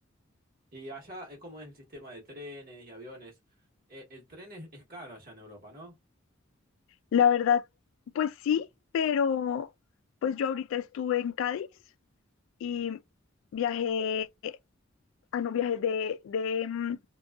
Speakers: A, on the right; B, on the left.
A: Y allá, eh, ¿cómo es el sistema de trenes y aviones? Eh, el tren es, es caro allá en Europa, ¿no?
B: La verdad, pues sí, pero pues yo ahorita estuve en Cádiz y
A: Mm,
B: viajé, ah, no, viajé de, de mm,